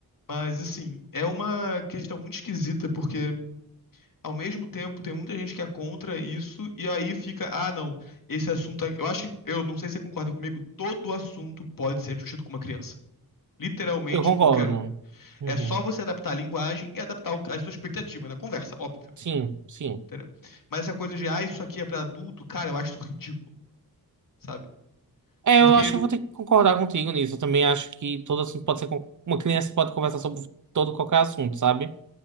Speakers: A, on the left; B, on the right.
A: Mas, assim, é uma questão muito esquisita, porque ao mesmo tempo, tem muita gente que é contra isso, e aí fica, ah, não, esse assunto. Eu acho que, eu não sei se você concorda comigo, todo assunto pode ser discutido com uma criança. Literalmente
B: Eu concordo.
A: qualquer um.
B: Uhum.
A: É só você adaptar a linguagem e adaptar o- a sua expectativa na conversa, óbvio.
B: Sim, sim.
A: Entendeu? Mas essa coisa de, ah, isso aqui é pra adulto, cara, eu acho isso ridículo, sabe?
B: É,
A: Porque
B: eu acho que eu vou ter que concordar contigo nisso. Eu também acho que todo assunto pode ser. con- Uma criança pode conversar sobre todo qualquer assunto, sabe?